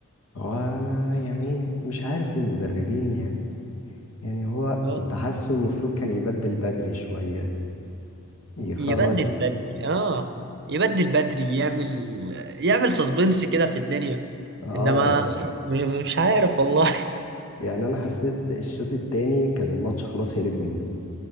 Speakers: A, on the left; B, on the right.
A: هو انا يعني مش عارف المدربين يعني يعني هو
B: آه،
A: كنت حاسه المفروض كان يبدل بدري شوية يخرج
B: يبدل بدري اه يبدل بدري يعمل يعمل سسبنس كده في الدنيا
A: اه
B: انما مش مش عارف والله <laughs>
A: يعني انا حسيت الشوط التاني كان الماتش خلاص هرب منه